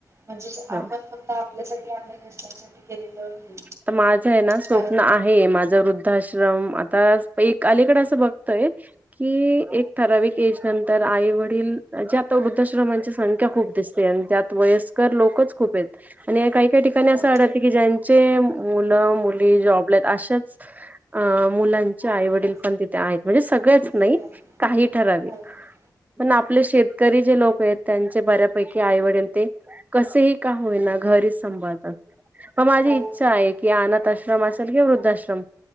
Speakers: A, on the right; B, on the right.
A: म्हणजे आपण
B: हो.
A: फक् क्त आपल्यासाठी आपल्या घरच्यांनसाठी केलेलं हे
B: त माझं ये ना स्वप्न
A: कारण
B: आ हे माझं वृद्धाश्रम आताच एक अलीकड असं बघतय की एक ठराविक एज नंतर आई वडील जे आता वृद्धाश्रमांची संख्या खूप दिस ते आणं त्यात वयस्कर लोकच खूप येत आणि काय काय ठिकाणी
A: हो
B: असं आढळते की ज्यां चे मुलं मुली जॉब ळा येत अशाच अ मुलांच्या आईवडील
A: हो
B: पण तिथे आहेत म्हणजे सगळ्याच नाही
A: ठीक आहे
B: काही ठराविक
A: हो हो
B: पण आपले शेतकरी जे लोक येत त्यांचे बऱ्यापैकी आईवडील ते कसही का होईना घरीच संभाळतात प माझी
A: हो
B: इच्छा
A: हो
B: आहे की अनाथ आश्रम असेल की वृद्धाश्रम